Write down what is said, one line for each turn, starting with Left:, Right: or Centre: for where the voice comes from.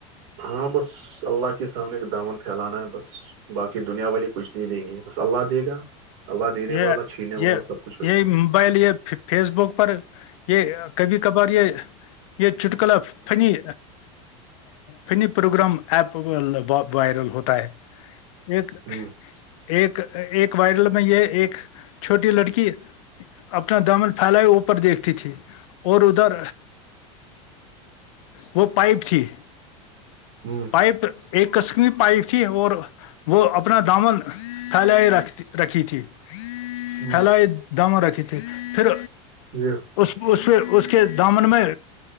Right: ہاں بس اللہ کے سامنے کا دامن پھیلانا ہے بس باقی دنیا والی کچھ نہیں دیں گے بس اللہ دے گا اللہ دینے
Left: یہ
Right: والا چھیننے والا
Left: یہ
Right: سب کچھ ہو ہے
Left: یہ موبائل یہ فیس بک پر یہ کبھی کبھار یہ یہ چٹکلا funny funny programme app viral ہوتا ہے ایک
Right: ہوں
Left: ایک ایک وائرل میں یہ ایک چھوٹی لڑکی اپنا دمن پھیل ہو اوپر دیکھتی تھی اور ادھر وہ پائپ تھی
Right: ہوں
Left: پائپ ایک قسمی پائپ تھی اور وہ اپنا دامن تھال رکھ رکھی تھی
Right: ہوں
Left: فلائی دام رکھی تھی پھر
Right: جی
Left: اس اس پہ اس کے دامن میں